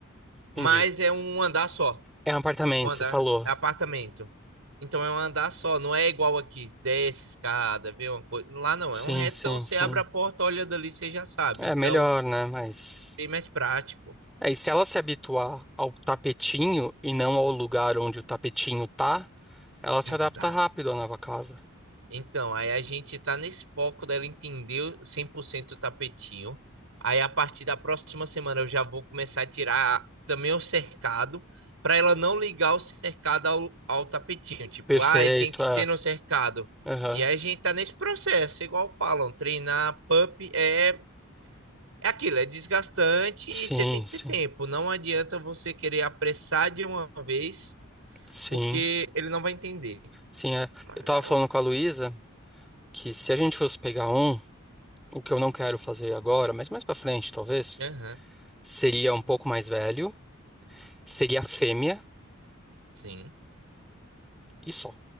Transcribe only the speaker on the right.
mas é um andar só.
Um andar,
é apartamento. Então é um andar só, não é igual aqui, desce escada, vê uma coisa. Lá não,
é um retão,
você
abre a porta, olha dali, você já sabe.
Então,
bem mais prático.
Exato.
Então, aí a gente tá nesse foco dela entender o 100% o tapetinho. Aí a partir da próxima semana eu já vou começar a tirar também o cercado, para ela não ligar o cercado ao, ao tapetinho. Tipo,
ah, tem que
ser no cercado.
E aí a gente tá nesse processo, igual falam, treinar pup é, é aquilo, é desgastante
e você tem que
ter tempo. Não adianta você querer apressar de uma vez,
porque ele não vai entender.
Mas
ela.
Aham,
sim.